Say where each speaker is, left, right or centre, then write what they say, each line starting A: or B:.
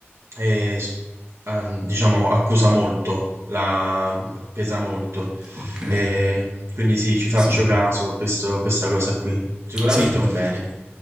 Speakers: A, on the right; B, on the right.
A: eh, s- ehm, diciamo, accusa molto, la pesa molto.
B: ok,
A: Eh, quindi sì, ci faccio
B: sì. Mm.
A: caso questo- questa cosa qui. Sicuramente
B: Sì.
A: è un bene.